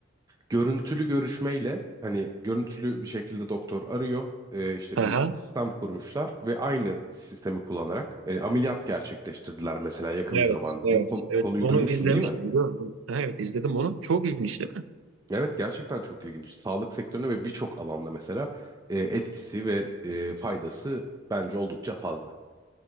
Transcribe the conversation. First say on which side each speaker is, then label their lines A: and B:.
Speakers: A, on the right; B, on the right.
A: Görüntülü görüşmeyle hani görüntülü bir şekilde doktor arıyor. E, işte
B: Aha.
A: bir sistem kurmuşlar ve aynı sistemi kullanarak e, ameliyat gerçekleştirdiler mesela yakın
B: Evet.
A: bir zamanda.
B: Evet.
A: Bu kon-
B: Evet.
A: konuyu
B: Onu
A: duymuştun
B: izlemiştim
A: değil mi?
B: biliyorum. Evet, Aha, evet, izledim onu. Çok ilginç değil mi?
A: Evet gerçekten çok ilginç. Sağlık sektörüne ve birçok alanda mesela e, etkisi ve e, faydası bence oldukça fazla.